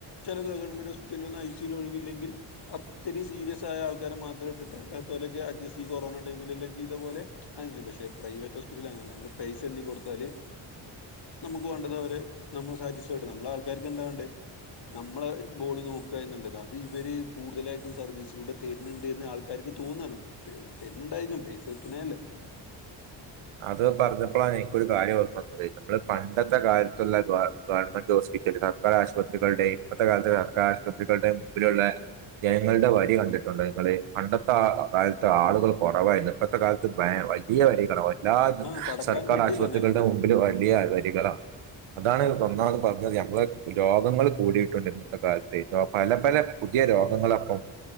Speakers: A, on the left; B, on the right.
A: ചെല ഗവൺമെന്റ് ഹോസ്പിറ്റലിൽ ഒന്നും ഐ സി യുവിൽ ഒഴിവില്ലെങ്കിൽ- ഒത്തിരി സീരിയസ് ആയ ആൾക്കാരെ മാത്രം ഇട്ടിട്ട് അല്ലാത്തോലെ അഡ്ജസ്റ്റ് ഈ കൊറോണ ടൈമിലെല്ലാം ചെയ്ത പോലെ- അങ്ങനെ ചെയ്യും പക്ഷേ പ്രൈവറ്റ് ഹോസ്പിറ്റലില് അങ്ങനെയല്ല നമ്മള് പൈസ എണ്ണി കൊടുത്താല്- നമുക്ക് വേണ്ടത് അവര് നമ്മള് സാറ്റിസ്ഫൈഡ് നമ്മളെ ആൾക്കാർക്ക് എന്താ വേണ്ടേ നമ്മളെ ബോഡി നോക്കുക എന്നുള്ളത് അത് ഇവര് കൂടുതലായിട്ട് സർവീസിലൂടെ തരുന്നുണ്ട്ന്ന് ആൾ ക്കാർക്ക് തോന്നാണ് തരുന്നുണ്ടായിരിക്കും പൈസ കിട്ടണേയല്ലേ
B: അത് പറഞ്ഞപ്പോളാണ് എനിക്കൊരു കാര്യം ഓർമ്മ വന്നത് നമ്മള് പണ്ടത്തെ കാലത്തുള്ള ആ- ഗവൺമെന്റ് ഹോസ്പിറ്റൽ സർക്കാർ ആശുപത്രികളുടെ ഇപ്പത്തെ കാലത്തെ സർക്കാർആശുപത്രികളുടെ മുമ്പിലുള്ള- ജനങ്ങളുടെ വഴി കണ്ടിട്ടുണ്ടോ ഞള് പണ്ടത്താ
A: ആ
B: കാലത്ത് ആളുകള് കൊറവായിരുന്നു ഇപ്പത്തെ കാലത്ത് വലിയ വരികളാ വ എല്ലാ
A: ആ കടക്കാൻ
B: സർക്കാർ
A: ബെഡില്ല
B: ആശുപത്രികളുടെ
A: നിലത്ത്
B: മുമ്പിലും വലിയ വരികളാ
A: ആ
B: അതാണ്പ്പം
A: ആ
B: ഒന്നാമത് പർഞ്ഞത് ഞമ്മള് രോഗങ്ങള് കൂടിയിട്ടുണ്ട് ഇന്നത്തെ കാലത്തെ പല പല പുതിയ രോഗങ്ങളാപ്പം